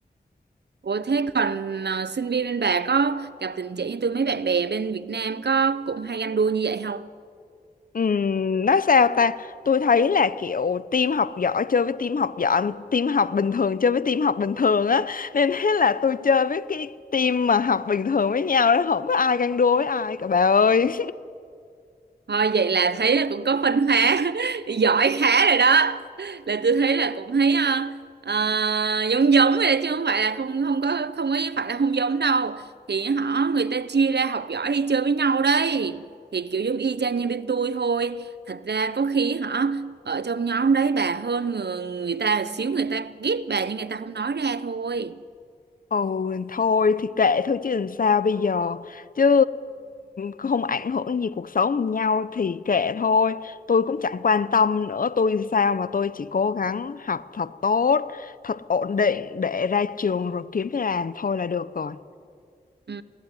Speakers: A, on the right (about 80°); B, on the left (about 55°).
A: Ủa thế còn ờ, sinh viên bên bà có gặp tình trạng như tôi mấy bạn bè bên Việt Nam có cũng hay ganh đua như vậy không?
B: Ừm, nói sao ta tôi thấy là kiểu team học giỏi chơi với team học giỏi team học bình thường chơi với team học bình thường á nên thế là tôi chơi với cái team mà học bình thường với nhau đó không có ai ganh đua với ai cả bà ơi
A: Thôi vậy là thấy là cũng có phân hóa <laughs> giỏi khá rồi đó là tôi thấy là cũng thấy ờ, ờ, giống giống rồi đó chứ không phải là không không có không có phải là không giống đâu thì họ người ta chia ra học giỏi đi chơi với nhau đấy thì kiểu giống y chang như bên tôi thôi thật ra có khi họ ở trong nhóm đấy bà hơn người, người ta xíu người ta ghét bà nhưng người ta không nói ra thôi
B: Ồ thôi thì kệ thôi chứ làm sao bây giờ chứ không ảnh hưởng gì cuộc sống nhau thì kệ thôi tôi cũng chẳng quan tâm nữa tôi sao mà tôi chỉ cố gắng học thật tốt thật ổn định để ra trường rồi kiếm việc làm thôi là được rồi
A: Ừ,